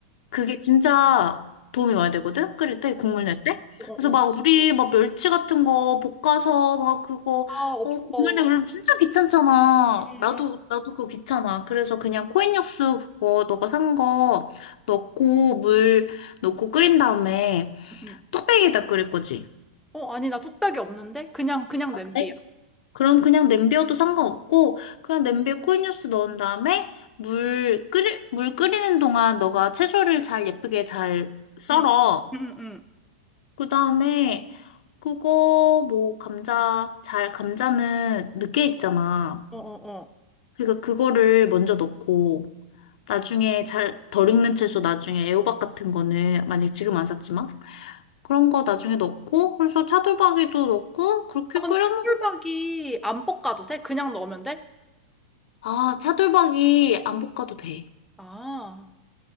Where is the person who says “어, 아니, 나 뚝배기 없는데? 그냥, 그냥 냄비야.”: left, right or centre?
Centre